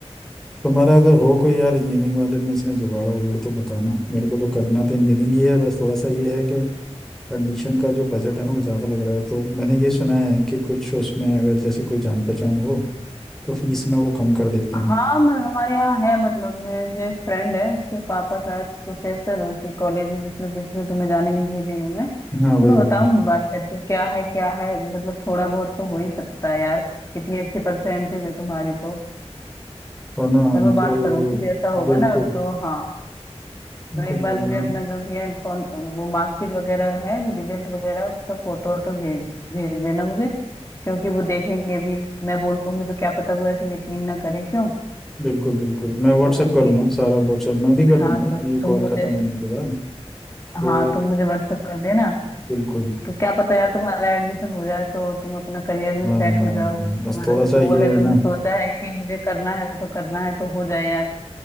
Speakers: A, in the centre; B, on the left.
A: तुम्हारा अगर हो कोई यार इंजीनियरिंग वाले में इसमें जुगाड़ वगाड़ तो बताना मेरे को तो करना तो इंजीनियरिंग ही है बस थोड़ा सा ये है कि एडमिशन का जो बजट है ना वो ज़्यादा लग रहा है तो मैंने ये सुना है कि कुछ उसमें अगर जैसे कोई जान पहचान हो तो फीस में वो कम कर देते
B: हाँ
A: हैं
B: मैं हमारे यहाँ है मतलब मेरे जो एक फ्रेंड है उसके पापा शायद प्रोफेसर है उसी कॉलेज में जिसमें जिसमें तुम्हें जाना है, इंजीनियरिंग में तो
A: हाँ वही
B: मैं
A: वही
B: बताऊंगी बात करके क्या है क्या है मतलब थोड़ा बहुत तो हो ही सकता है यार इतनी अच्छी परसेंटेज है तुम्हारी तो
A: और ना
B: पर
A: उनको
B: मैं बात करूंगी जैसा होगा
A: बिल्कुल
B: ना तो हाँ
A: उनको
B: तो एक
A: बोलना
B: बार मुझे अपना जो भी है कौन वो मार्कशीट वगैरह है जो रिजल्ट वगैरह है, उसका फोटो वोटो भेज भेज देना मुझे क्योंकि वो देखेंगे भी मैं बोलूंगी तो क्या पता वो ऐसे यकीन ना करें क्यों
A: बिल्कुल बिल्कुल मैं व्हाट्सएप
B: तो
A: करूँगा
B: कि
A: सारा व्हाट्सएप मैं भी कर दूंगा
B: हाँ तो
A: ये
B: तुम
A: कॉल
B: मुझे
A: ख़त्म होने के बाद तो
B: हाँ तुम मुझे व्हाट्सअप कर देना
A: बिल्कुल
B: तो क्या पता यार तुम्हारा एडमिशन हो जाए तो तुम अपना करियर में
A: हाँ
B: सेट
A: हाँ
B: हो जाओ
A: हाँ
B: तुम्हारा
A: बस थोड़ा
B: जो
A: सा
B: गोल
A: ये
B: है
A: है
B: तुमने
A: ना
B: सोचा है कि मुझे करना है तो करना है तो हो जाए यार